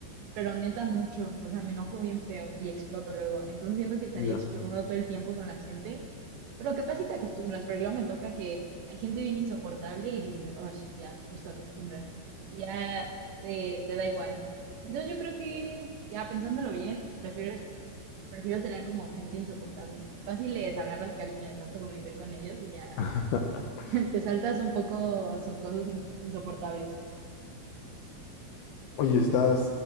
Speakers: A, on the right; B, on the left.
A: Pero neta mucho, o sea, me enojo bien feo y exploto luego. Entonces siento que estaría
B: ya.
A: explotando todo el tiempo con la gente, pero capaz si te acostumbras, porque luego me toca que hay gente bien insoportable y dices, oh, ya, pues te acostumbras y ya te, te da igual. Entonces yo creo que, ya pensándolo bien, prefiero, es- prefiero tener como gente insoportable. Capaz si les agarras cariño de tanto convivir con ellos y ya
B: <laughs>
A: <laughs> te saltas un poco sus cosas in- insoportables.
B: Oye, estás,